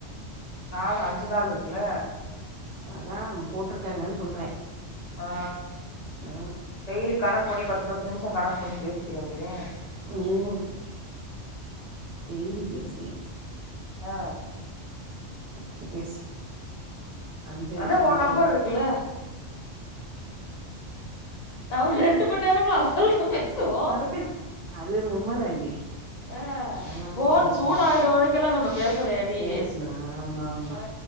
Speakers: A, on the left; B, on the right.
A: நாலு அஞ்சு நாள்ருக்குல்ல
B: மேம் போட்ருக்கேங்கன் சொல்றே
A: ஆ
B: ஆ
A: டெய்லி கணக் கு பண்ணி பத்து பத்து நிம்ச கணக் பண்ணி பேசிக்கிற வேண்டியதே
B: ம் டெய்லிம் பேசுறே
A: ஆ
B: பேசு பேசு அஞ்சு அஞ்சு
A: அதா ஓ
B: காலு
A: நம்பர்ருக்குல்ல நாம ரெண்டு மண் நேரம்லா அசால்டா பேசுவோ
B: அதட்டு அது ஒரு உண்ம தாண்டி
A: ஆ
B: நா பாட்ல
A: ஃபோன்
B: பேசினே
A: சூடாகுற வரைக்கெல்லா நம்ம பேசலயாடி
B: பேசுனே ஆமா ஆமா
A: ஆ